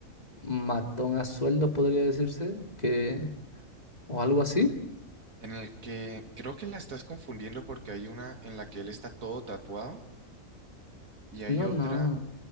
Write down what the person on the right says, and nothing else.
En el que creo que la estás confundiendo porque hay una en la que él está todo tatuado y hay
otra